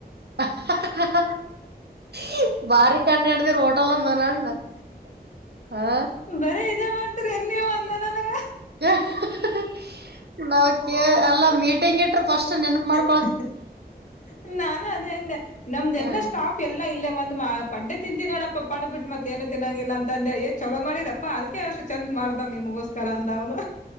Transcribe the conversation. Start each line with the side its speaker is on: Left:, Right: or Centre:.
Right: <unintelligible> <unintelligible> ಬಾರಿ ಕಂಡ ಹಿಡ್ದಿರ ಹೋಟಲ್ ಮನಗಂಡ <inaudible> ಹಾ
Left: ಬರೀ ಇದೇ ಮಾಡ್ತೀರಿನ ನೀವು ಅಂದ ನನಗ.
Right: <unintelligible> ನಾಕ ಅಲ್ಲ ಮೀಟಿಂಗ್ ಇಟ್ರ ಫಸ್ಟ್ ನೆನಪ ಮಾಡ್
Left: <unintelligible> ನಾನು ಅದೆ ಅಂದೇ ನಮ್ದಲ್ಲ
Right: ಹಾ
Left: ಸ್ಟಾಪ್ ಎಲ್ಲ ಇಲ್ಲೇ ಬಂದ್ ಮಾ ಪಡ್ಡೆ ತಿಂತೀ ನೋಡಪ್ಪ ಪಡ್ ಬಿಟ್ಟ ಮತ್ತ ಏನ್ ತಿನ್ನಂಗಿಲ್ಲ ಅಂದೆ ಏ ಚಲೋ ಮಾಡಿರಪ್ಪ ಅಪ್ಪಾ ಅದಕೆ ಅಷ್ಟ ಚಂದ ಮಾಡ್ದಾರ್ ನಿಮಗೋಸ್ಕರ ಅಂದ ಅವನು..